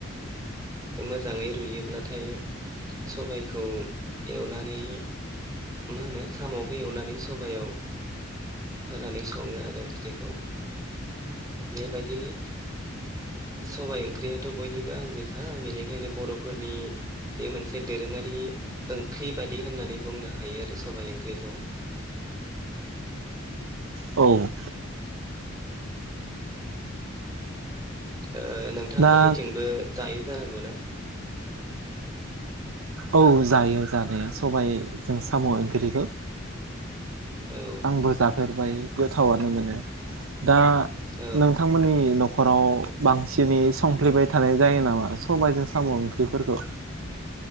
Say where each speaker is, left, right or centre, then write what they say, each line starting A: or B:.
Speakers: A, on the right; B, on the right.
A: मोजाङै रुयोब्लाथाय सबाइखौ एवनानै मा होनो सामखौ एवनानै सबयाव होनानै सङो आरो ओंख्रिखौ। बेबायदिनो सबाइ ओंख्रियाथ बयनिबो आंगोखा बेनिखायनो बरफोरनि बे मोनसे दोरोङारि ओंख्रि बायदि होननानै बुंनो हायो आरो सबाइ ओंख्रिखौ
B: औ
A: <unintelligible> ओ नोंथांमोननिथिंबो
B: दा
A: जायो जानां गौना
B: औ जायो जानाया सबाइ जों साम' ओंख्रिखौ
A: औ
B: आंबो जाफेरबाय गोथावानो मोनो दा
A: औ
B: नोंथांमोननि न' न'खराव बांसिनै संफ्लेबाय थानाय जायो नामा सबायजों साम ओंख्रिफोरखौ